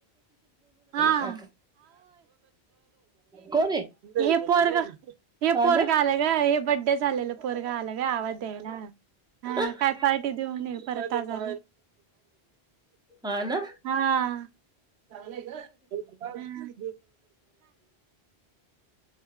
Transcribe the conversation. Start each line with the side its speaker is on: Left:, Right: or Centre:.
Right: हा.
Centre: काका कोण आहे
Right: हे पोरग हे
Centre: हा
Right: पोरग
Centre: ना
Right: आलं ग हे बड्डे झालेलं पोरगा आलं ग आवाज द्यायला. हा
Centre: ह.
Right: काय पार्टी देऊन ये परत आज हा
Centre: हा ना
Right: हा चांगलंय ग ह काय?